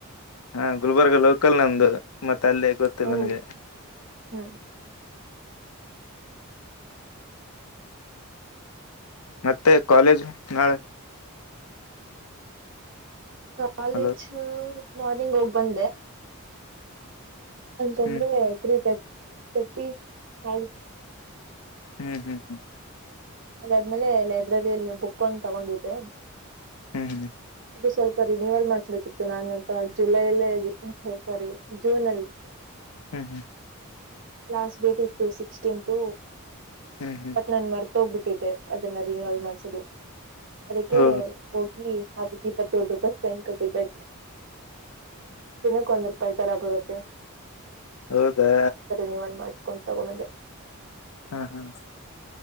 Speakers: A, on the left; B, on the right.
A: ಹಾ ಗುಲ್ಬರ್ಗ ಲೋಕಲ್ ನಂದು ಮತ್ತೆ ಅಲ್ಲೇ ಗೊತ್ತಿಲ್ಲ
B: ಓ
A: ನನ್ಗೆ
B: ಹ್ಮ್
A: ಮತ್ತೆ ಕಾಲೇಜ್ ನಾಳೆ
B: ಕಾಲೇಜ್
A: ಹಲೋ
B: ಮಾರ್ನಿಂಗ್ ಹೋಗ್ ಬಂದೆ ಅಂತಂದ್ರೆ
A: ಹ್ಮ್
B: ತ್ರೀ ತರ್ ತ್ರೀ ತರ್ಟಿ ಆ
A: ಹ್ಮ್ ಹ್ಮ್ ಹ್ಮ್.
B: ಅದಾದ್ಮೇಲೆ ಲೈಬ್ರರಿಯಲ್ಲಿ ನೀವು ಬುಕ್ ಒಂದು ತಗೊಂಡಿದ್ದೆ
A: ಹ್ಮ್ ಹ್ಮ್
B: ಅದು ಸ್ವಲ್ಪ ರಿನವಲ್ ಮಾಡ್ಸ್ಬೇಕಿತ್ತು ನಾನು ಅಂತ ಜುಲೈಲ್ಲ ಸಾರಿ ಜೂನ್ ಅಲ್ಲಿ
A: ಹ್ಮ್ ಹ್ಮ್
B: ಲಾಸ್ಟ್ ಡೇಟ್ ಇತ್ತು ಸಿಕ್ಸ್ಟೀನ್ತ್
A: ಹ್ಮ್ ಹ್ಮ್
B: ಬಟ್ ನನ್ ಮರ್ತ ಹೋಗ್ಬಿಟ್ಟ ಅದನ್ನ ರಿಯಲ್ ಮಾಡಸೋದು ಅದಕ್ಕೆ
A: ಹೋ
B: ಹೋಗಿ ಆ ಇಪ್ಪತ್ತೇಳಳ್ ರೂಪಾಯ ಸೈನ್ ಕಟ್ಟಿದ್ದ ದಿನಕ್ ಒಂದ ಪ್ಪೈ ತರ ಬರುತ್ತೆ
A: ಹೌದಾ
B: ನೀವಲ್ಲಿ ಮಾಡಸ್ಕೊಂಡ್ ತಗೊಂಡದೆಮ
A: ಹ್ಮ್ ಹ್ಮ್